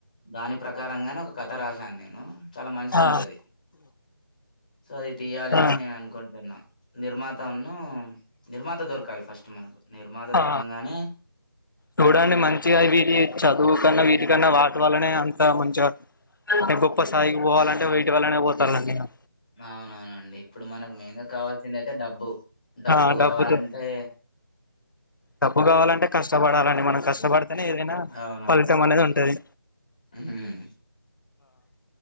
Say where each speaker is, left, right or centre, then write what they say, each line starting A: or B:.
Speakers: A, on the left; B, on the left.
A: దాని ప్రకారంగనే ఒక కథ రాశాను నేను చాలా మంచిగ
B: ఆ
A: ఉంటది సో ఇ యాలే అన్
B: ఆ
A: నేననుకున్. డెన్న నిర్మాత ఉన్నూ నిర్మాత దొరకాలి ఫస్ట్ మనకు. నిర్మాత దొర్కంగానే
B: ఆ చూడండి మంచిగ వీటి చదువు కన్నా, వీటి కన్నా, వాటి వల్లనే అంత మంచిగ. గొప్ప సాయికి బోవాలని విటి వళ్ళనే పోతల్లన్ నేను.
A: అవునవునండి ఇప్పుడు మనకు మెయిన్ గా కావాల్సిందైతే డబ్బు, డబ్బు
B: ఆ
A: గావాలంటే.
B: డబ్బుతో డబ్బు గావాలంటే కష్టబడాలండి మనం కష్టబడి. తనే ఏదైనా
A: అవునవును.
B: పలితం అనేది ఉంటది
A: హ్మ్.